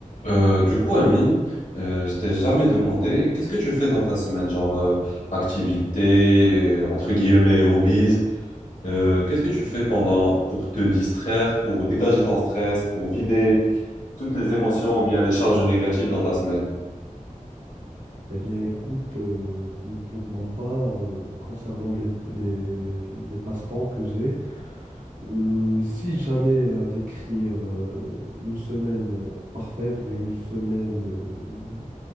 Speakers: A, on the left (about 65°); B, on the right (about 75°).
A: Euh, du coup, Amine, euh, je t'ai jamais demandé, qu'est-ce que tu fais dans ta semaine, genre euh, activité, euh, entre guillemets, hobbies, euh, qu'est-ce que tu fais pendant pour te distraire, pour dégager ton stress, pour vider toutes les émotions ou bien les charges négatives dans ta semaine?
B: Eh bien, écoute, euh, pour ma part, euh, concernant les, les, les- les passe-temps que j'ai, euh, si j'allais à décrire euh, une semaine euh, parfaite ou bien une semaine euh,